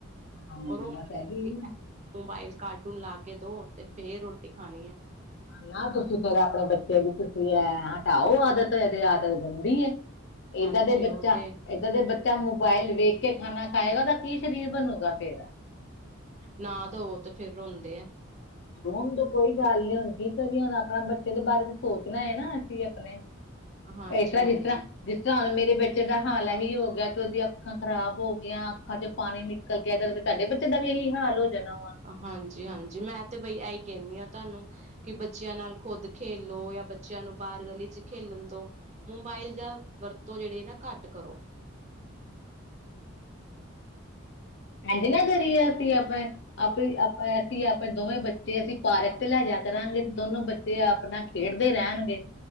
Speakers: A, on the left (about 55°); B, on the right (about 35°).
A: ਹਾਂ
B: <unintelligible>
A: ਬਸ ਇਹੀ ਹੈ ਨਾ
B: ਮੋਬਾਈਲ ਕਾਰਟੂਨ ਲਾ ਕੇ ਦੋ ਤੇ ਫੇਰ ਰੋਟੀ ਖਾਣੀ ਹੈ।
A: ਨਾ ਤੁਸੀਂ ਫੇਿਰ ਆਪਣੇ ਬੱਚੇ ਨੂੰ ਤੁਸੀਂ ਐ ਹਟਾਓ ਆਦਤ, ਇਹ ਤੇ ਆਦਤ ਗੰਦੀ ਐ।
B: ਹਾਂਜੀ
A: ਏਦਾਂ ਦੇ ਬੱਚਾ
B: ਉਹ ਤੇ
A: ਇੱਦਾਂ ਦੇ ਬੱਚਾ ਮੋਬਾਇਲ ਵੇਖ ਕੇ ਖਾਣਾ ਖਾਏਗਾ ਉਹਦਾ ਕੀ ਸਰੀਰ ਬਣੂਗਾ ਫੇਰ?
B: ਨਾ ਦੋ ਤੇ ਫੇਰ ਰੋਂਦੇ ਆ।
A: ਰੋਣ ਦੋ ਕੋਈ ਗੱਲ ਨੀ ਹੁਣ ਕੀ ਕਰੀਏ ਹੁਣ ਆਪਣਾ ਬੱਚੇ ਦੇ ਬਾਰੇ ਤੇ ਸੋਚਣਾ ਹੈ ਨਾ, ਅਸੀਂ ਆਪਣੇ
B: ਹਾਂਜੀ-ਹਾਂਜੀ,
A: ਇਸ ਤਰ੍ਹਾਂ, ਜਿਸ ਤਰ੍ਹਾਂ ਜਿਸ ਤਰਾ ਹੁਣ ਮੇਰੇ ਬੇਟੇ ਦਾ ਹਾਲ ਇਹੀ ਹੋ ਗਿਆ ਕਿ ਉਹਦੀ ਅੱਖਾਂ ਖਰਾਬ ਹੋ ਗਈਆਂ। ਅੱਖਾਂ ਚ ਪਾਣੀ ਨਿਕਲ ਕੇ ਇਦਾ ਤੇ ਤੁਹਾਡੇ ਬੱਚੇ ਦਾ ਵੀ ਇਹੀ ਹਾਲ ਹੋ ਜਾਣਾ ਵਾ।
B: ਹਾਂਜੀ, ਹਾਂਜੀ ਮੈਂ ਤੇ ਬਈ ਐਹੀ ਕਹਿੰਦੀ ਹਾਂ ਤੁਹਾਨੂੰ ਕਿ ਬੱਚਿਆਂ ਨਾਲ ਖੁੱਦ ਖੇਲ ਲੋ ਜਾਂ ਬੱਚਿਆਂ ਨੂੰ ਬਾਹਰ ਗਲੀ ਚ ਖੇਲਣ ਦੋ। ਮੋਬਾਇਲ ਜਾਂ ਵਰਤੋਂ ਜਿਹੜੇ ਨਾ ਘੱਟ ਕਰੋ।
A: ਇਝ ਨਾ ਕਰੀਏ, ਅਸੀਂ ਆਪਾਂ ਆਪਣੀ ਆਪ ਅਸੀਂ ਆਪਣੇ ਦੋਵੇਂ ਬੱਚੇ ਅਸੀਂ ਪਾਰਕ ਤੇ ਲੈ ਜਾ ਕਰਾਂਗੇ ਤੇ ਦੋਨੋ ਬੱਚੇ ਤੇ ਆਪਣਾ ਖੇਡਦੇ ਰਹਿਣਗੇ,